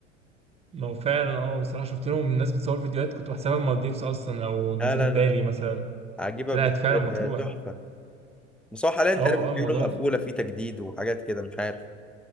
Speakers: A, on the right (about 15°); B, in the centre.
A: ما هو فعلا اه بصراحة شفت لهم الناس بتصور فيديوهات كنت بحسبها مالديفز أصلا أو
B: لا
A: جزيرة
B: لا
A: بالي
B: لا لا.
A: مثلا
B: عجيبة
A: طلعت
B: بجد
A: فعلا مطروح
B: آه، تحفة بس هو حاليا تقريبا
A: اه اه الموضوع
B: بيقولوا مقفولة في تجديد وحاجات كده مش عارف